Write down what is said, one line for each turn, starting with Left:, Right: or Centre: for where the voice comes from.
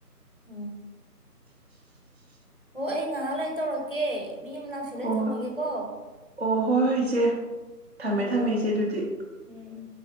Left: ꯎꯝ
Right: <inaudible>
Left: ꯑꯣ ꯑꯩ ꯉꯥꯏꯍꯥꯛ ꯂꯩ ꯇꯧꯔꯛꯀꯦ ꯃꯤ ꯑꯃ ꯂꯥꯛꯁꯜꯂꯦ
Right: ꯍꯣꯏ
Left: ꯊꯝꯃꯒꯦꯀꯣ
Right: ꯍꯣꯏ ꯑꯣ ꯍꯣꯏ ꯍꯣꯏ ꯏꯆꯦ ꯊꯝꯃꯦ
Left: ꯍꯣꯏ ꯎꯝ
Right: ꯊꯝꯃꯦ ꯏꯆꯦ ꯗꯨꯗꯤ
Left: ꯎꯝ